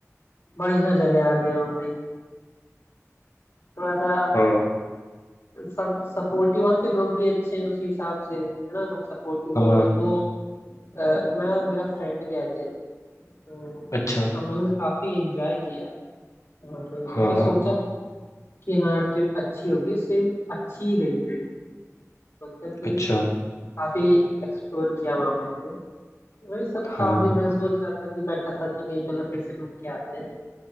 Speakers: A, on the left (about 50°); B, on the left (about 70°).
A: बढ़िया जगह आ गया हूँ भाई थोड़ा सा
B: हाँ
A: सब सपोर्टिव वहाँ के लोग भी अच्छे हैं उसी हिसाब से है ना सब सपोर्टिव
B: हाँ
A: लोग हैं तो अ, मैं और मेरा फ्रेंड गए थे तो
B: अच्छा
A: हम लोगों ने काफी एंजॉय किया और
B: हाँ
A: जैसा सोचा था कि हाँ ट्रिप अच्छी होगी सेम अच्छी ही गई ट्रिप मतलब कि
B: अच्छा
A: काफी एक्सप्लोर किया वहाँ पे हमने वही सब
B: हाँ
A: था अभी मैं सोच रहा था कि बैठा था कि नहीं चलो फिर से घूम के आते हैं